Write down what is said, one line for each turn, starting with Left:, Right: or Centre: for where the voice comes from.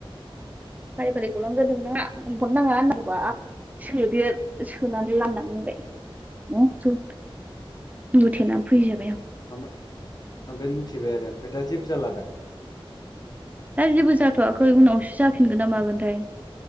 Right: फारि फारि गलांगोन नोंना बख'नो नाङा <unintelligible> सोदेर सोनानै लानां बाय बु बुथेनानै फैजाबाय आं
Left: <unintelligible> ओमफाय लुथिबाय आरो ओमफाय दा जेबो जाला दा
Right: दा जेबो जाथ'वाखै उनावसो जाफिनगोन ना मागोनथाय